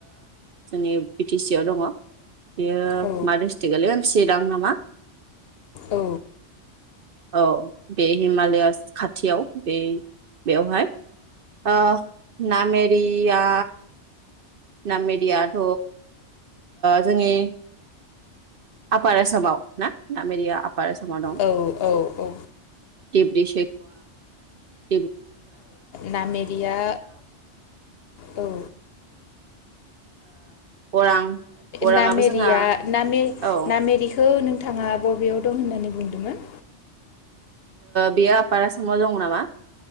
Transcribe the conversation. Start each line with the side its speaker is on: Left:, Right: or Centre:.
Right: जोंनि बि टि सि आव दङ। बेयो
Left: औ
Right: मा दिट्रिक गोलैयो सिरां नामा?
Left: औ
Right: औ बे हिमालया खाथियाव बे बेवहाय। ओ नामेरि एया नामेरियाथ जोंनि। आपार आसामाव ना ना मेरया बारस म दं
Left: औ औ औ ओ
Right: दिब्रि <unintelligible>
Left: नामेरिया औ।
Right: ओ। अरां अराङाबो
Left: नामेरिया
Right: जोंहा
Left: नामेरि।
Right: औ
Left: नामेरिखौ। औ नोंथाङा बबेयाव दं होननानै बुंदोंमोन।
Right: बेयो आफार आसामाव दं नामा।